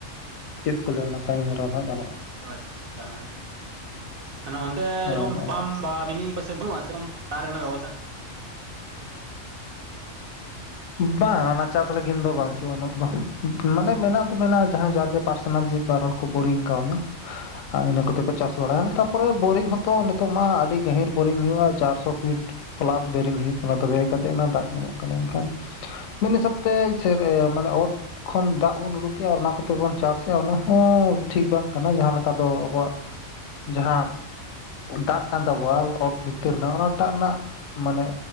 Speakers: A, on the left; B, on the right.
A: ᱪᱮᱫ ᱠᱚ ᱞᱟᱹᱭᱟ ᱚᱱᱟ ᱠᱟᱹᱢᱤ ᱦᱚᱨᱟ ᱫᱚ ᱜᱟᱱᱚᱜᱼᱟ
B: ᱟᱪᱪᱷᱟ ᱢᱟᱱᱮ ᱚᱱᱰᱮ
A: ᱦᱮᱸ ᱚᱱᱮ ᱚᱱᱠᱟ
B: ᱯᱟᱢ ᱵᱟ ᱢᱤᱱᱤ ᱟᱯᱮ ᱥᱮᱫ ᱵᱟ. ᱱᱩᱜ ᱟ ᱥᱮᱨᱚᱢ ᱫᱟᱜ ᱨᱮᱱᱟᱜ ᱵᱮᱵᱚᱥᱛᱟ
A: ᱵᱟ ᱚᱱᱟ ᱪᱟᱥ ᱞᱟᱹᱜᱤᱫ ᱫᱚ ᱵᱟᱪᱩᱜᱼᱟ ᱩᱱᱟᱹᱜ ᱫᱚ ᱢᱟᱱᱮ ᱢᱮᱱᱟᱜ ᱫᱚ ᱢᱮᱱᱟᱜᱼᱟ ᱡᱟᱦᱟᱸᱭ ᱡᱟᱨ ᱡᱮ ᱯᱟᱨᱥᱚᱱᱟᱞ ᱢᱤᱫ ᱵᱟᱨ ᱦᱚᱲ ᱠᱚ ᱵᱳᱨᱤᱝ ᱠᱟᱣᱱᱟ ᱤᱱᱟᱹ ᱠᱚᱛᱮ ᱠᱚ ᱪᱟᱥ ᱵᱟᱲᱟᱭᱟ ᱛᱟᱨᱯᱚᱨᱮ ᱵᱳᱨᱤᱝ ᱦᱚᱛᱚ ᱱᱤᱛᱚᱜ ᱢᱟ ᱟᱹᱰᱤ ᱜᱟᱹᱦᱤᱨ ᱵᱳᱨᱤᱝ ᱦᱩᱭᱩᱜᱼᱟ ᱪᱟᱨᱥᱚ ᱯᱷᱤᱴ ᱯᱞᱟᱥ ᱵᱳᱨᱤᱝ ᱦᱩᱭᱩᱜ ᱠᱟᱱᱟ ᱛᱚᱵᱮ ᱠᱟᱛᱮᱫ ᱱᱟ ᱫᱟᱜ ᱧᱟᱢᱚᱜ ᱠᱟᱱᱟ ᱮᱱᱠᱷᱟᱱ ᱢᱤᱫ ᱦᱤᱥᱟᱹᱵ ᱛᱮ ᱪᱮᱫ ᱢᱟᱱᱮ ᱚᱛ ᱠᱷᱚᱱ ᱫᱟᱜ ᱵᱚᱱ ᱩᱰᱩᱠᱮᱫᱼᱟ ᱟᱨ ᱚᱱᱟ ᱠᱚᱛᱮ ᱵᱚᱱ ᱪᱟᱥ ᱮᱫᱼᱟ ᱚᱱᱟ ᱦᱚᱸ ᱴᱷᱤᱠ ᱵᱟᱝ ᱠᱟᱱᱟ ᱡᱟᱦᱟᱸ ᱞᱮᱠᱟ ᱫᱚ ᱟᱵᱚᱣᱟᱜ ᱡᱟᱦᱟᱸ ᱫᱟᱜ ᱠᱟᱱ ᱛᱟᱵᱚᱣᱟ ᱚᱛ ᱵᱷᱤᱛᱤᱨ ᱨᱮᱱᱟᱜ ᱚᱱᱟᱴᱟᱜ ᱨᱮᱱᱟᱜ ᱢᱟᱱᱮ